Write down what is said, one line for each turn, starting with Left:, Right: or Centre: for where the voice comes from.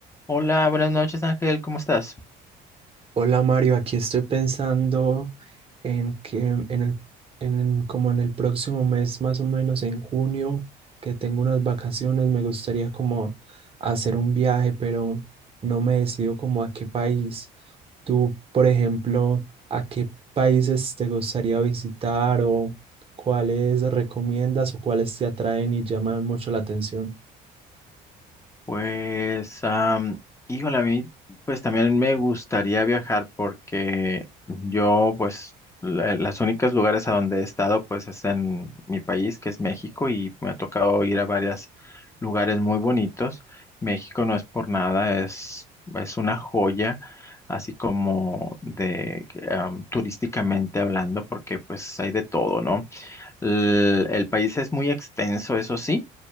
Left: Hola, buenas noches Ángel, ¿cómo estás?
Right: Hola Mario, aquí estoy pensando en que en el, en- como en el próximo mes, más o menos en junio, que tengo unas vacaciones, me gustaría como hacer un viaje, pero no me decido como a qué país. Tú, por ejemplo, ¿a qué países te gustaría visitar o cuáles recomiendas o cuáles te atraen y llaman mucho la atención?
Left: Pues, am, híjole, a mí pues también me gustaría viajar porque yo pues la- las únicas lugares a donde he estado pues es en mi país que es México y me ha tocado ir a varios lugares muy bonitos. México no es por nada, es, es una joya así como de am, turísticamente hablando porque pues hay de todo, ¿no? el el país es muy extenso, eso sí